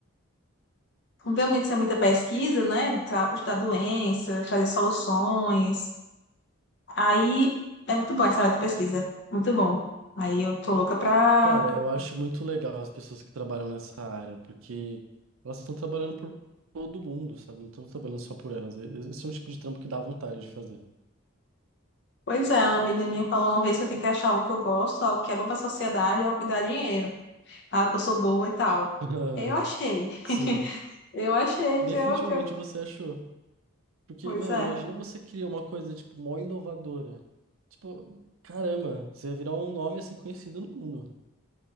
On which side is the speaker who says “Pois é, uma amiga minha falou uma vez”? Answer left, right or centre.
Left